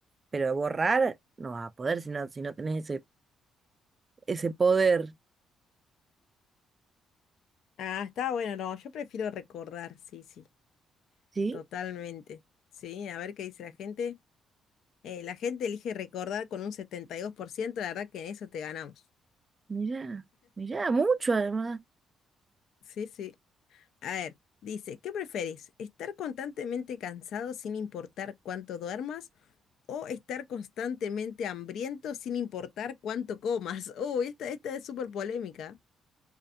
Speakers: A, on the right; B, on the left.
A: pero borrar no vas a poder si no, si no tenés ese, ese poder.
B: Ah, está bueno, no, yo prefiero recordar, sí, sí.
A: Sí,
B: Totalmente. Sí, a ver qué dice la gente. Eh, la gente elige recordar con un 72%. la verdad que en eso te ganamos.
A: mira, mira, mucho además.
B: Sí, sí. A ver, dice, ¿qué preferís? ¿Estar constantemente cansado sin importar cuánto duermas o estar constantemente hambriento sin importar cuánto comas? <laughs> Uy, esta, esta es súper polémica.